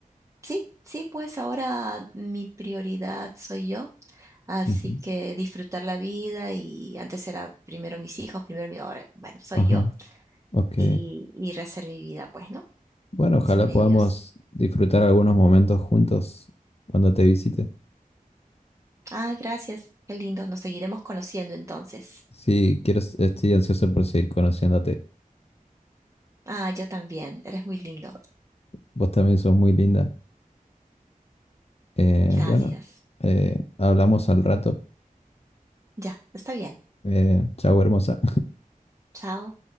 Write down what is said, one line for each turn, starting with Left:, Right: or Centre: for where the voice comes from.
Right: sí, sí, pues ahora mi prioridad soy yo. Así
Left: Ujú.
Right: que disfrutar la vida y antes era primero mis hijos, primero mi, ahora, bueno, soy
Left: Ajá,
Right: yo
Left: ok.
Right: y, y rehacer mi vida pues, ¿no?
Left: Bueno, ojalá
Right: Sin ellos.
Left: podamos disfrutar algunos momentos juntos cuando te visite.
Right: Ay, gracias, qué lindo. Nos seguiremos conociendo entonces.
Left: Sí, quiero, s- estoy ansioso por seguir conociéndote.
Right: Ah, yo también. Eres muy lindo.
Left: Vos también sos muy linda. Eh,
Right: Gracias.
Left: bueno, eh, hablamos al rato.
Right: Ya, está bien.
Left: Eh, chau, hermosa.
Right: Chao.